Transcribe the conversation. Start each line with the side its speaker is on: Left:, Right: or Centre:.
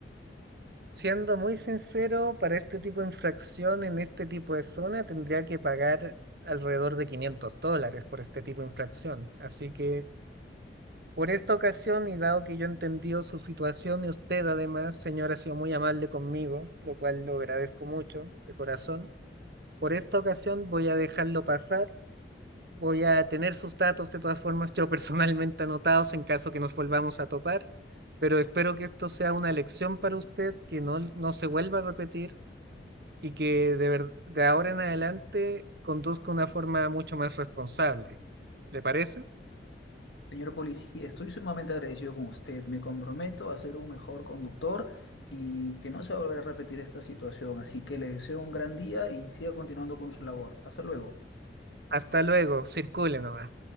Right: Siendo muy sincero, para este tipo de infracción en este tipo de zona tendría que pagar alrededor de 500 dólares por este tipo de infracción. Así que por esta ocasión y dado que yo he entendido su situación y usted además, señora, ha sido muy amable conmigo, lo cual lo agradezco mucho de corazón, por esta ocasión voy a dejarlo pasar Voy a tener sus datos de todas formas, yo personalmente anotados en caso que nos volvamos a topar, pero espero que esto sea una lección para usted, que no, no se vuelva a repetir y que de, ver- de ahora en adelante conduzca una forma mucho más responsable. ¿Le parece?
Left: Señor policía, estoy sumamente agradecido con usted. Me comprometo a ser un mejor conductor y que no se va a volver a repetir esta situación. Así que le deseo un gran día y siga continuando con su labor. Hasta luego.
Right: Hasta luego, circule nomás.